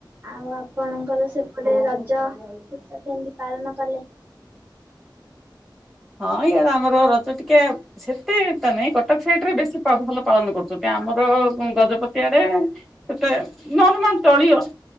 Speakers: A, on the right (about 25°); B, in the centre.
A: ଆଉ ଆପଣଙ୍କର ସେପଟେ ରଜ ସ କେମତି ପାଳନ କଲେ?
B: ହଁ ଇଆଡ଼େ ଆମର ରଜ ଟିକେ ସେତେ ଏତା ନାଇଁ କଟକ ସାଇଡ ରେ ବେଶୀ ଭଲ ପାଳନ କରୁଛନ୍ତି ଆମର ଗଜପତି ଆଡେ ସେତେ ନର୍ମାଲ ଚଳିବ।